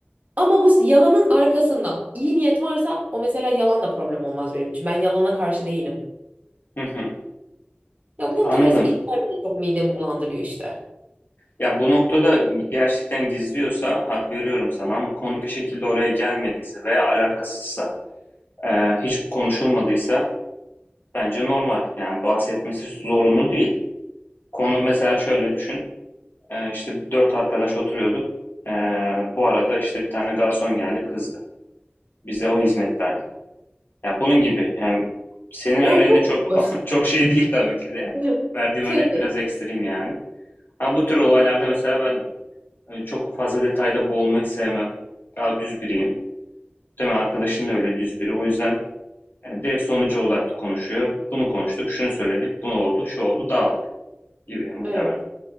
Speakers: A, on the right (about 40°); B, on the left (about 60°).
A: Ama bu yalanın arkasında iyi niyet varsa o mesela yalan da problem olmaz benim için. Ben yalana karşı değilim.
B: Hı hı.
A: Ya bu
B: Anladım.
A: tarz işler beni çok midemi bulandırıyor işte.
B: Ya, bu noktada gerçekten gizliyorsa hak veriyorum sana ama konu bir şekilde oraya gelmediyse veya alakasızsa, eee, hiç konuşulmadıysa bence normal. Yani bahsetmesi zorunlu değil. Konu mesela şöyle düşün, eee, işte 4 arkadaş oturuyorduk. Eee, bu arada, işte, bir tane garson geldi, kızdı. Bize o hizmet verdi. Ya bunun gibi. Yani senin
A: O
B: örneğinde
A: çok
B: çok
A: basit.
B: <laughs> çok şey değil tabii ki de.
A: <laughs>
B: Verdiğim
A: Tabii.
B: örnek biraz ekstrem yani. Ama bu tür olaylarda mesela ben e, çok fazla detayda boğulmayı sevmem. Daha düz biriyim. Değil mi? Arkadaşın da öyle düz biri. O yüzden e, direkt sonuca odaklı konuşuyor. Bunu konuştuk, şunu söyledik, bu oldu, şu oldu, dağıldık gibi muhtemelen.
A: Evet.